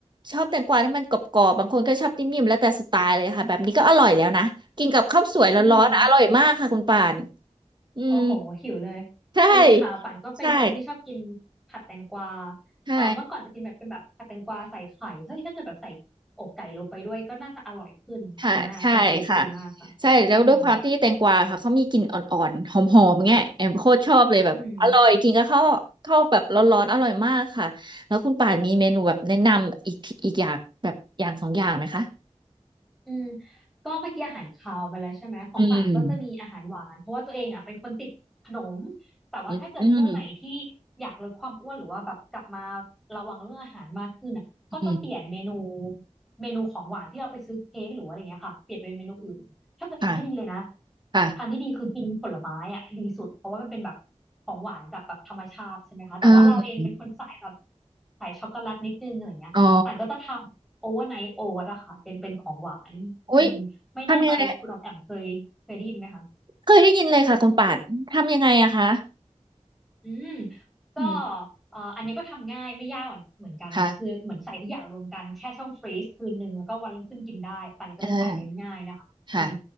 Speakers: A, on the right; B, in the centre.
A: ชอบแตงกวาที่มันกรอบๆบางคนก็ชอบนิ่มๆแล้วแต่สไตล์เลยค่ะแบบนี้ก็อร่อยแล้วนะกินกับข้าวสวยร้อนๆอร่อยมากค่ะคุณป่าน
B: อืม
A: อืม
B: โอ้โหหิวเลย
A: ใช่
B: จริงค่ะป่านก็เป็นคนที่ชอบกิน
A: ใช่
B: ผัดแตงกวา
A: ใช่
B: เออเมื่อก่อนจะกินแบบเป็นแบบผัดแตงกวาใส่ไข่เฮ้ยถ้าเกิดแบบใส่อกไก่ลงไปด้วยก็น่าจะอร่อยขึ้นดีมากเป็นไอเดียที่ดีมากค่ะอืม
A: ค่ะใช่ค่ะใช่แล้วด้วยความที่แตงกวาค่ะเขามีกลิ่นอ่อนๆหอมๆเงี้ยแอมโคตรชอบเลยแบบอร่อยกินก็เข้าวข้าวแบบร้อนๆอร่อยมากค่ะแล้วคุณป่านมีเมนูแบบแนะนำอีกอีกอย่างแบบอย่างสองอย่างไหมคะ
B: อืม อืมก็เมื่อกี้อาหารคาวไปแล้วใช่ไหมของป่านก็จะมีอาหารหวานเพราะว่าตัวเองอ่ะเป็นคนติดขนม
A: อืม
B: แต่ว่าถ้าเกิดช่วงไหนที่
A: อืมอืม
B: อยากลดความอ้วนหรือว่าแบบกลับมาระวังเรื่องอาหารมากขึ้นอ่ะก็จะเปลี่ยนเมนู
A: อืม
B: เมนูของหวานที่เราไปซื้อเค้กหรือว่าอะไรเงี้ยค่ะเปลี่ยนเป็นเมนูอื่นถ้าเกิดทางที่ดีเลยนะ
A: ค่ะค่ะ
B: ทางที่ดีคือกินผลไม้อ่ะดีสุดเพราะว่ามันเป็นแบบของหวานจากแบบธรรมชาติใช่ไหมคะแต่ว่าเราเองเป็นคนสายแบบ
A: เออ
B: สายช็อกโกแลตนิดนึงอะไรเงี้ยป่านก็จะทำ
A: อ๋อ
B: โอเวอร์ไนท์โอ๊ตอะค่ะเป็นเป็นของหวานอืมไม่แน่ใจคุณออมแอมเคยเคยได้ยินไหมคะ
A: อุ๊ยทำยังไงเคยได้ยินเลยค่ะคุณป่านทำยังไงอะคะ
B: อืมก็
A: อืม
B: เอ่ออันนี้ก็ทำง่ายไม่ยากเหมือนเหมือนกันนะคะคือเหมือนใส่ทุกอย่างรวมกันแช่ช่องฟรีซคืนหนึ่งแล้วก็วันรุ่งขึ้นกินได้ป่านจะเป็นสายเน้นง่ายนะคะอืม
A: ค่ะเออค่ะ